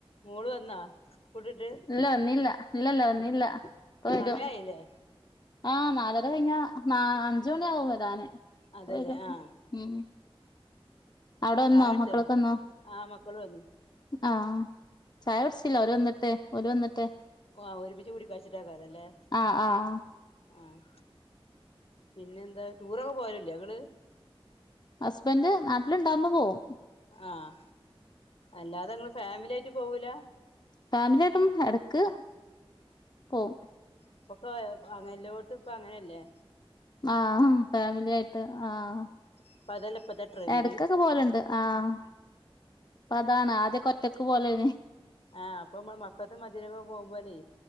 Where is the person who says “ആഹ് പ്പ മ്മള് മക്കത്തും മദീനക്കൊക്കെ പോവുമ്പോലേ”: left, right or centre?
Left